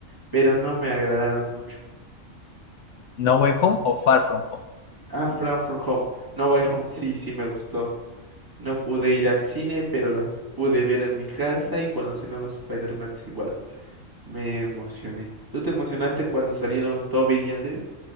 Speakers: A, on the right; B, on the left.
A: pero no me agradaron mucho.
B: No Way Home o Far From Home.
A: Ah, Frankfurt Home. No Way Home sí, sí me gustó. No pude ir al cine, pero las pude ver en mi casa y cuando salieron los Spider-Mans igual. Me emocioné. ¿Tú te emocionaste cuando salieron Toby y Andrew?